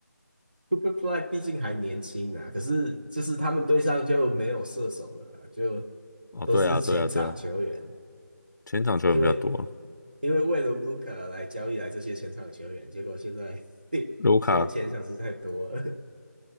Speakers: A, on the right; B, on the left.
A: Superfly 毕竟还年轻啊，可是就是他们队上就没有射手了啦，就
B: 哦，
A: 都是前场球员，
B: 对啊，对啊，对啊，前场球员比较多，
A: 因为因为为了 Luka 来交易来这些前场球员，结果现在 <laughs>
B: 卢卡
A: 现在前场是太多了，